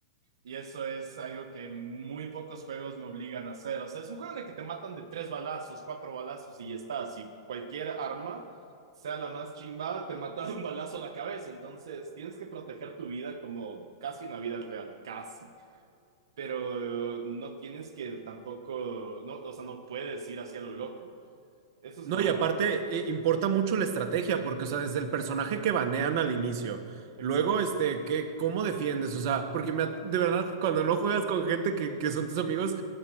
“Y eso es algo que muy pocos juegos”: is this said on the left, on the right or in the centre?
Right